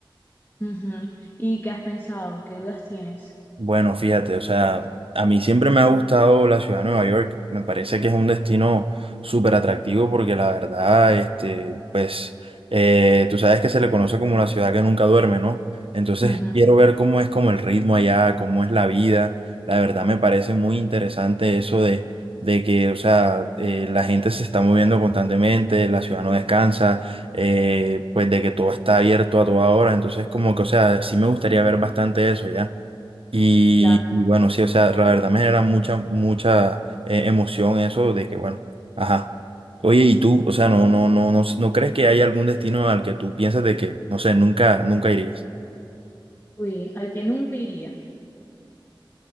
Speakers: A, on the left; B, on the right.
A: Ujú. ¿Y qué has pensado? ¿Qué dudas tienes?
B: Bueno, fíjate, o sea, a mí siempre me ha gustado la ciudad de Nueva York. Me parece que es un destino súper atractivo porque la verdad, este, pues, eh, tú sabes que se le conoce como la ciudad que nunca duerme, ¿no? Entonces,
A: Ujú.
B: quiero ver cómo es como el ritmo allá, cómo es la vida. La verdad me parece muy interesante eso de, de que, o sea, eh, la gente se está moviendo constantemente, la ciudad no descansa, eh, pues de que todo está abierto a toda hora. Entonces, como que, o sea, sí me gustaría ver bastante eso ya. Y,
A: La,
B: y bueno, sí, o sea, la verdad me genera mucha, mucha eh, emoción eso de que, bueno, ajá. Oye, ¿y tú? O sea, no, no, no, no, ¿no crees que hay algún destino al que tú piensas de que, no sé, nunca, nunca irías?
A: uy, al que nunca iría.